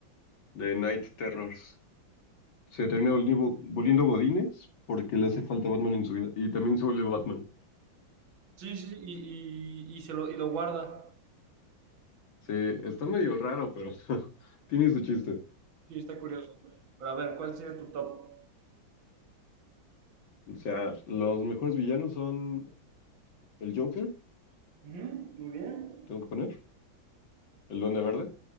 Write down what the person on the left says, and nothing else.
De Night Terrors. Se termina volviendo, volviendo Godínez porque le hace falta Batman en su vida. Y también se vuelve Batman.
Se, está medio raro, pero <laughs> tiene su chiste.
O sea, los mejores villanos son el Joker,
tengo que poner, el Duende Verde,